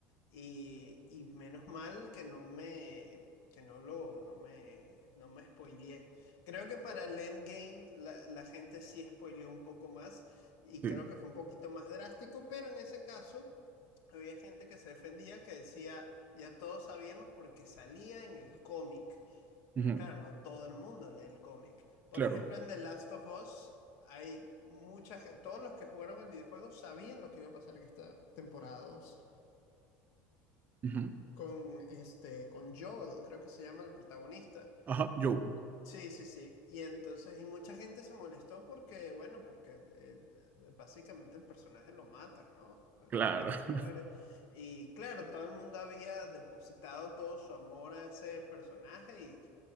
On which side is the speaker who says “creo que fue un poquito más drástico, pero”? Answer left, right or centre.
Left